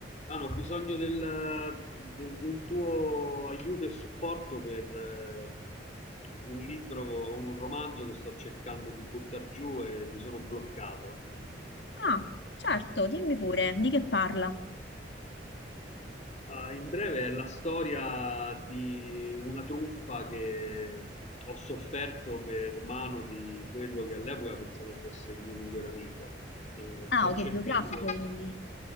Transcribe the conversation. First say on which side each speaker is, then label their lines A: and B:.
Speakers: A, on the left (about 40°); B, on the left (about 70°).
A: Hanno bisogno del- de- di un tuo aiuto e supporto per eh, un libro o un romanzo che sto cercando di buttare giù e mi sono bloccato.
B: Ah, certo, dimmi pure, di che parla?
A: Ah, in breve è la storia di una truffa che ho sofferto per mano di quello che all'epoca pensavo fosse il mio migliore amico. E
B: Ah,
A: sto
B: autobiografico,
A: cercando.
B: quindi.